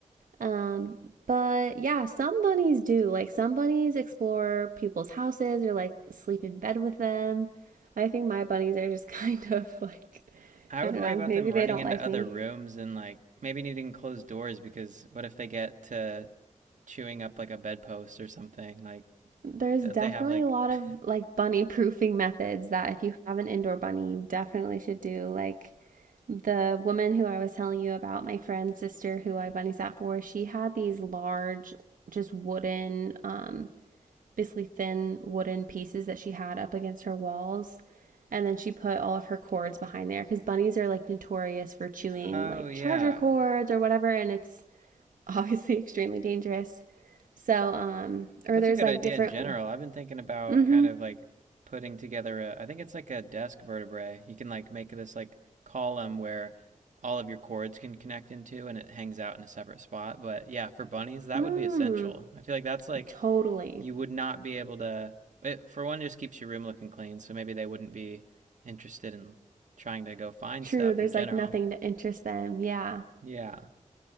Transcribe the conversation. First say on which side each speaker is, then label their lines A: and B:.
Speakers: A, on the right (about 90°); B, on the right (about 65°).
A: Um, but yeah, some bunnies do. Like some bunnies explore people's houses or like sleep in bed with them. I think my bunnies are just <laughs> kind of like
B: I
A: I
B: would
A: don't
B: worry
A: know,
B: about
A: maybe
B: them
A: they
B: running
A: don't
B: into
A: like
B: other
A: me.
B: rooms and like maybe needing closed doors because what if they get to chewing up like a bedpost or something? Like,
A: There's
B: don't
A: definitely
B: they have like?
A: a lot
B: <laughs>
A: of like bunny proofing methods that if you have an indoor bunny, you definitely should do. Like the woman who I was telling you about, my friend's sister who I bunny sat for, she had these large, just wooden, um, basically thin wooden pieces that she had up against her walls. And then she put all of her cords behind there because bunnies are like notorious for chewing
B: Oh
A: like
B: yeah.
A: charger cords or whatever. And it's <laughs> obviously extremely dangerous. So, um, or
B: That's
A: there's
B: a good
A: like
B: idea
A: different.
B: in general. I've been thinking about
A: Mm
B: kind
A: hmm.
B: of like putting together a, I think it's like a desk vertebrae. You can like make this like column where all of your cords can connect into and it hangs out in a separate spot. But yeah, for bunnies, that
A: Mm,
B: would be essential. I feel like that's like
A: totally.
B: you would not be able to, it, for one, just keeps your room looking clean. So maybe they wouldn't be interested in trying to go find
A: True.
B: stuff
A: There's
B: in general.
A: like nothing to interest them. Yeah.
B: Yeah.